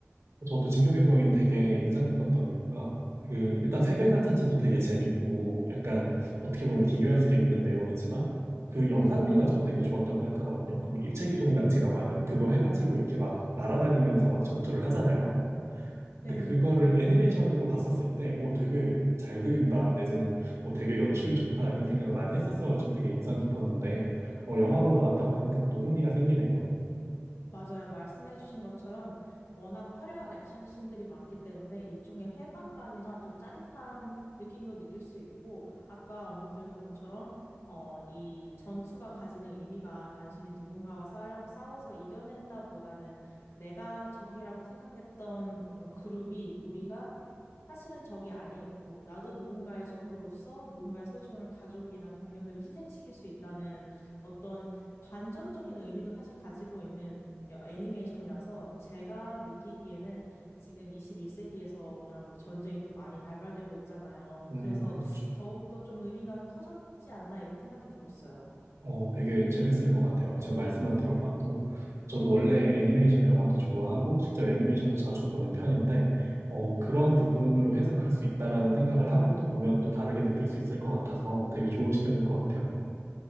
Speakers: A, on the right; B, on the left.
A: 저도 진격의 거인 되게 인상 깊었던 이유가 그 일단 세계관 자체도 되게 재밌고 약간 어떻게 보면 기괴할 수도 있는 내용이지만 그 영상미가 전 되게 좋았다고 생각하거든요. 그뭐 입체기동 장치라고 하나요? 그거 해가지고 이렇게 막 날아다니면서 막 전투를 하잖아요. 근데
B: 네네네.
A: 그거를 애니메이션으로 봤었을 때, 오, 되게 잘 그린다, 내지는, 어, 되게 연출이 좋다, 이런 생각을 많이 했었어가지고 되게 인상 깊었는데, 어, 영화로 나왔다고 하니까 또 흥미가 생기네요.
B: 맞아요. 말씀해주신 것처럼 워낙 화려한 액션 씬들이 많기 때문에 일종의 해방감이나 좀 짜릿한 느낌도 느낄 수 있고, 아까 언급드렸던 것처럼, 어, 이 전투가 가지는 의미가 단순히 누군가와 싸워, 싸워서 이겨낸다 보다는 내가 적이라고 생각했던 어떤 그룹이, 무리가 사실은 적이 아니었고, 나도 누군가의 적으로서 누군가의 소중한 가족이나 동료들을 희생시킬 수 있다는 어떤 반전적인 의미도 사실 가지고 있는 애니메이션이라서 제가 느끼기에는 지금 21세기에서 워낙 이제 전쟁이 또 많이 발발되고 있잖아요.
A: 음,
B: 그래서
A: 그렇죠.
B: 더욱더 좀 의미가 커졌지 않나 이렇게 생각이 들었어요.
A: 어, 되게 재밌을 것 같아요. 지금 말씀만 들어봐도. 저도 원래 애니메이션 영화도 좋아하고, 실제 애니메이션도 자주 보는 편인데, 어, 그런 부분으로 해석할 수 있다라는 생각을 하고 또 보면 또 다르게 느낄 수 있을 것 같아서 되게 좋은 시견일 것 같아요.